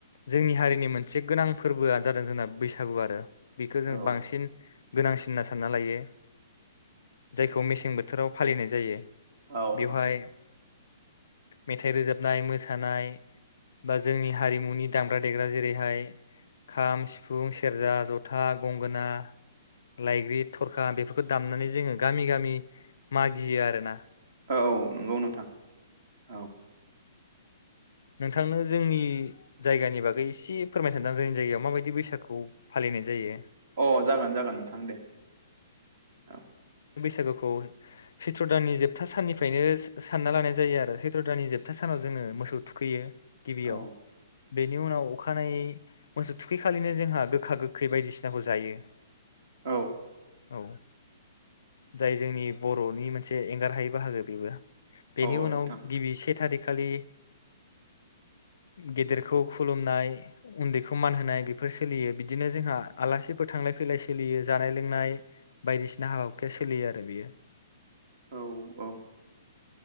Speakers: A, on the left; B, on the right.
A: जोंनि हारिनि मोनसे गोनां फोरबोआ जादों जोंना बैसागु आरो। बेखौ जों
B: औ
A: बांसि गोनांसिनना सानना लायो जायखौ मेसें बोथोराव फालिनाय जायो।
B: औ
A: बेवहाय
B: नोंथां।
A: मेथाइ रोजाबनाय मोसानाय बा जोंनि हारिमुनि दामग्रा देग्रा जेरैहाय खाम सिफुं सेरजा जथा गंगोना लायग्रिथ रखा बेफोरखौ दामनानै जोङो गामि गामि मागियो आरो ना।
B: औ नोंगौ नोंथां औ।
A: नोंथांनो जोंनि जायगानि बागै एसे फोरमायनो सानदों जोंनि जायगायाव माबायदि बैसागु फालिनाय जायो।
B: अ जागोन जागोन नोंथां दे औ।
A: सागोखौ चत्र दाननि जोबथा साननिफ्राय फ्रायनो सानना लानाय जायो आरो सैत्र दाननि जोबथा सानाव जोङो मोसौ थुखैयो। गिबियाव।
B: औ
A: बेनि उनाव अखानायै मोसौ थुखैखालिनो जोंहा गोखा गोखै बायदिसिनाखौ जायो।
B: औ
A: औ। जाय जोंनि बर'नि मोनसे एंगार हायै बाहागो। बेबो। बेनि
B: औ
A: उनाव
B: नोंथां
A: गिबि से थारिख खालि गेदेरखौ खुलुमनाय उन्दैखौ मान होनाय बेफोर सोलियो बिदिनो जोंहा आलासिफोर थांलाय फैलाय सोलियो जानाय लोंनाय बायदिसिना हाबा हुखाया सोलियो आरो बियो
B: औ औ।